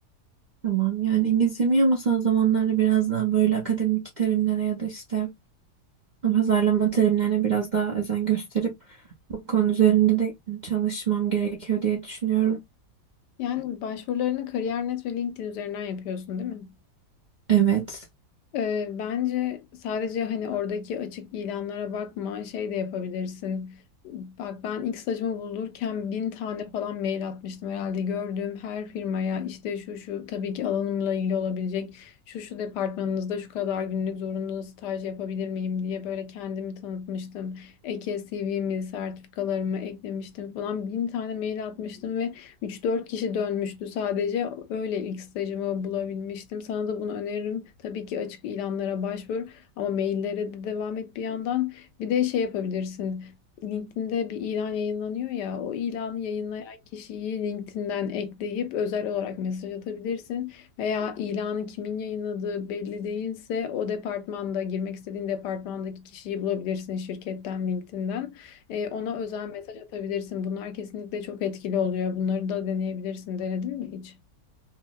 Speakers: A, on the right; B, on the left.
A: Tamam yani İngilizcem ama son zamanlarda biraz daha böyle akademik terimlere ya da işte Pazarlama terimlerine biraz daha özen gösterip bu konu üzerinde de çalışmam gerekiyor diye düşünüyorum.
B: Yani başvurularını Kariyer.net ve LinkedIn üzerinden yapıyorsun, değil mi?
A: Evet.
B: Ee, bence sadece hani oradaki açık ilanlara bakma, şey de yapabilirsin. Bak ben ilk stajımı bulurken bin tane falan mail atmıştım herhalde. Gördüğüm her firmaya işte şu şu tabii ki alanımla ilgili olabilecek şu şu departmanınızda şu kadar günlük zorunlu staj yapabilir miyim diye böyle kendimi tanıtmıştım. Eke CV'mi, sertifikalarımı eklemiştim falan bin tane mail atmıştım ve Üç dört kişi dönmüştü sadece. Öyle ilk stajımı bulabilmiştim. Sana da bunu öneririm. Tabii ki açık ilanlara başvur ama maillere de devam et bir yandan. Bir de şey yapabilirsin. LinkedIn'de bir ilan yayınlanıyor ya, o ilanı yayınlayan kişiyi LinkedIn'den ekleyip özel olarak mesaj atabilirsin. Veya ilanı kimin yayınladığı belli değilse o departmanda girmek istediğin departmandaki kişiyi bulabilirsin şirketten LinkedIn'den. E, ona özel mesaj atabilirsin. Bunlar kesinlikle çok etkili oluyor. Bunları da deneyebilirsin. Denedin mi hiç?